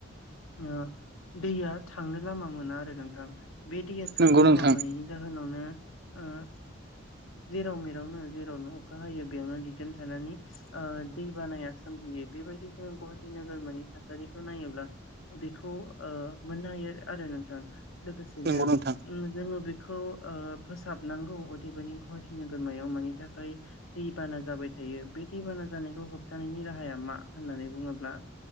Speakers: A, on the left; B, on the right.
A: ओ दैया थांनो लामा मोना आरो नोंथां बे दैया थांनो
B: नंगौ नोंथां
A: लामा मोनैनि जाहोनावनो ओ जेराव मेर नो जेरावनो अखा हायो बेयावनो दिदोम थानानै ओ दै बानाया सोमजियो। बेबायदि जाहोनखौहाय नोगोरमानि थासारिखौ नायोब्ला बेखौ ओ मोननो हायो आरो नोंथां लोगोसेनो
B: नंगौ नोंथां
A: जोङो उम बेखौ फोसाबनांगौ अदेबानि गुवाहाटि नो नोगोरमायाव मानि थाखाय दैबाना जाबाय थायो बे दैबाना जानायखौ होबथानायनि राहाया मा होननानै बुङोब्ला